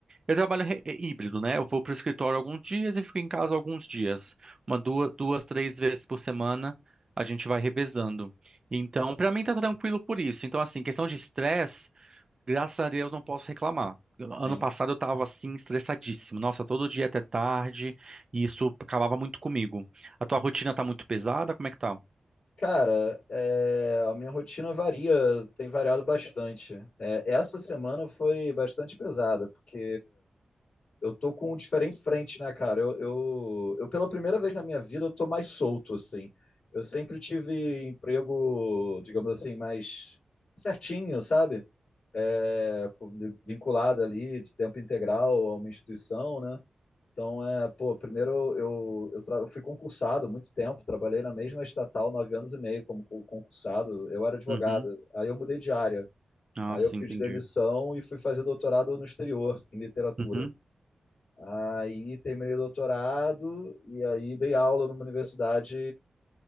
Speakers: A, on the right (about 30°); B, on the left (about 65°).
A: Eu trabalho re- é híbrido, né? Eu vou para o escritório alguns dias e fico em casa alguns dias. Uma, duas, duas, três vezes por semana a gente vai revezando. Então, para mim tá tranquilo por isso. Então, assim, questão de estresse, graças a Deus não posso reclamar. Ano
B: Sim.
A: passado eu tava assim, estressadíssimo. Nossa, todo dia até tarde, e isso acabava muito comigo. A tua rotina tá muito pesada? Como é que tá?
B: Cara, é, a minha rotina varia, tem variado bastante. É, essa semana foi bastante pesada, porque eu tô com um diferente frente, né, cara? Eu, eu, eu, pela primeira vez na minha vida, eu tô mais solto, assim. Eu sempre tive emprego, digamos assim, mais certinho, sabe? É, com- vinculado ali de tempo integral a uma instituição, né? Então, é, pô, primeiro eu, eu, tra- eu fui concursado há muito tempo, trabalhei na mesma estatal nove anos e meio como co- concursado, eu era advogado,
A: Uhum.
B: aí eu mudei de área,
A: Ah,
B: aí
A: sim,
B: eu pedi
A: entendi.
B: demissão e fui fazer doutorado no exterior, em literatura.
A: Uhum,
B: Aí terminei o doutorado e aí dei aula numa universidade